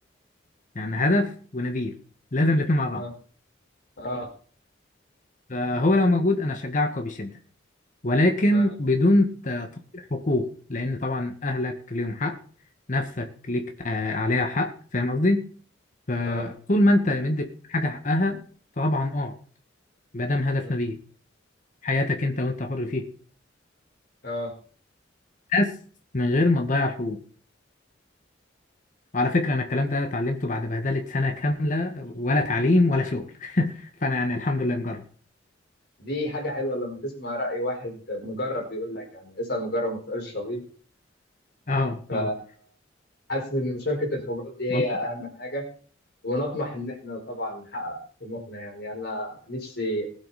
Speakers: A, on the left; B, on the left.
A: يعني هدف ونبيل لازم الاتنين مع بعض
B: اه اه
A: فهو لو موجود انا اشجعك وبشده ولكن
B: اه
A: بدون ت- تطبيق حقوق لان طبعا اهلك ليهم حق نفسك ليك آه عليها حق فاهم قصدي فطول
B: اه
A: ما انت مدي حاجه حقها طبعا اه ما دام هدف
B: اه
A: نبيل حياتك انت وانت حر فيها
B: آه.
A: بس من غير ما تضيع الحقوق وعلى فكره انا الكلام ده اتعلمته بعد بهدله سنه كامله ولا تعليم ولا شغل <laughs> فانا يعني الحمد لله مجرب
B: دي حاجه حلوه لما تسمع راي واحد مجرب بيقول لك يعني اسال مجرب ما تسالش طبيب
A: اه
B: ف
A: اه
B: حاسس ان مشاركه الخبرات دي هي
A: والله
B: اهم حاجه ونطمح ان احنا طبعا نحقق طموحنا يعني انا نفسي